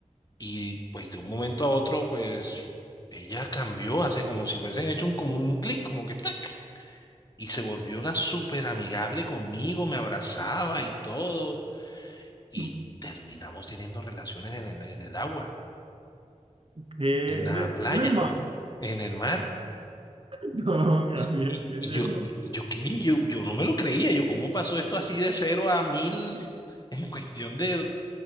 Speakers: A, on the left; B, on the right.
A: y pues de un momento a otro, pues ella cambió, hace como si hubiesen hecho un, como un clic, como que ¡tac! y se volvió la súper amigable conmigo, me abrazaba y todo, y
B: <laughs>
A: terminamos teniendo relaciones en el, en el agua,
B: ¿Qué?
A: en la
B: ¿El
A: playa,
B: el hermano?
A: en el mar.
B: <laughs> No, Gabriel,
A: Y, y,
B: ¿qué
A: y
B: es eso?
A: yo, y yo, ¿qué? Yo, yo no me lo creía, yo, ¿cómo pasó esto así de cero a mil en cuestión de